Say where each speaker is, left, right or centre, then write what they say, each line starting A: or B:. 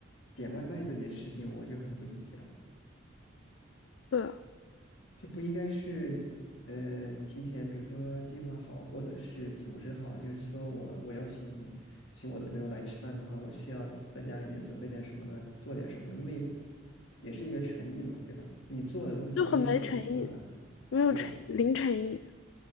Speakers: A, on the left; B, on the left.
A: 点外卖这件事情，我就很不理解了，
B: 对啊，
A: 就不应该是嗯提前，比如说计划好，或者是组织好，就是说我我要请请我的朋友来吃饭的话，我需要在家里面准备点什么呢？做点什么呢？因为也是一个诚意嘛，对吧？你做的东西不一定很复杂。
B: 就很没诚意，没有诚意，
A: 对吧？
B: 零诚意。